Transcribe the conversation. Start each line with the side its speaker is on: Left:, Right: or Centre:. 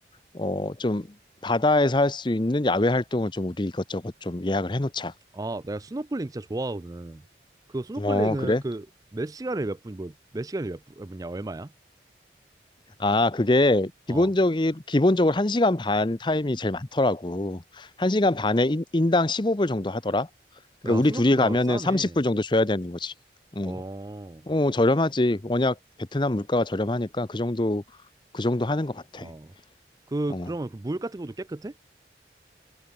Left: 어, 좀 바다에서 할 수 있는 야외 활동을 좀 우리 이것저것 좀 예약을 해놓자.
Right: 아 내가 스노클링 진짜 좋아하거든. 그 스노클링은
Left: 어, 그래?
Right: 그 몇 시간에 몇 분, 뭐 몇 시간에 몇 분, 몇 분이야 얼마야?
Left: 아, 그게
Right: 어,
Left: 기본적이, 기본적으로 1시간 반 타임이 제일 많더라고. 1시간 반에 인, 인당 15불 정도 하더라. 그러니까
Right: 야
Left: 우리
Right: 생각보다
Left: 둘이 가면은
Right: 싸네.
Left: 30불 정도 줘야 되는 거지. 응.
Right: 어,
Left: 어, 저렴하지. 워낙 베트남 물가가 저렴하니까 그 정도, 그 정도 하는 것 같아.
Right: 어, 그
Left: 어.
Right: 그러면 그 물 같은 것도 깨끗해?